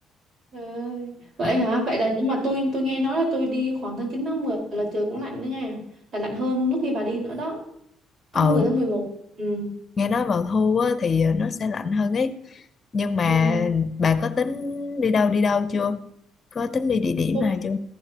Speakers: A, on the right; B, on the left.
A: Trời ơi. Vậy
B: À,
A: hả? Vậy là nhưng mà tôi tôi nghe nói là tôi đi khoảng tháng 9 tháng 10 là trời cũng lạnh đó nha. Là lạnh hơn lúc khi bà đi nữa đó. Tháng
B: ừ
A: mười tháng 11. Ừ.
B: nghe nói vào thu á, thì nó sẽ lạnh hơn ấy nhưng mà
A: Ừ.
B: bà có tính đi đâu đi đâu chưa có tính đi địa điểm
A: Tôi
B: nào chưa